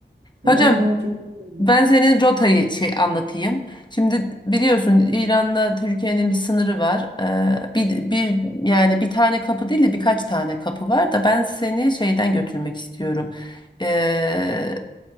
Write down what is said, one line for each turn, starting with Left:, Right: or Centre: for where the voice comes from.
Right: vallahi
Left: Hocam
Right: çok güzel.
Left: ben senin rotayı şey anlatayım. Şimdi biliyorsun İran'la Türkiye'nin bir sınırı var. Ee, bir, bir yani bir tane kapı değil de birkaç tane kapı var da ben seni şeyden götürmek istiyorum. Ee,